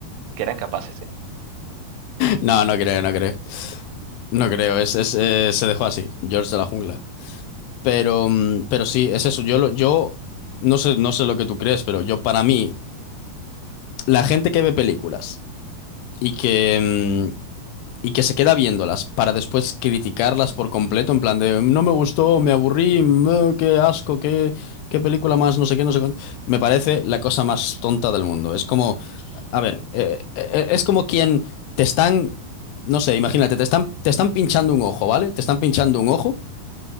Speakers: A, on the right; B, on the left.
A: que eran capaces. eh.
B: No, no creo, no creo. No creo, es, es, eh, se dejó así, George de la jungla. Pero, mm, pero sí, es eso. Yo, lo- yo no sé, no sé lo que tú crees, pero yo para mí, la gente que ve películas y que, mm, y que se queda viéndolas para después criticarlas por completo, en plan de no me gustó, me aburrí, mm, eh, qué asco, qué, qué película más, no sé qué, no sé cuánto. Me parece la cosa más tonta del mundo. Es como, a ver, eh, eh, es como quien te están, no sé, imagínate, te están, te están pinchando un ojo, ¿vale? Te están pinchando un ojo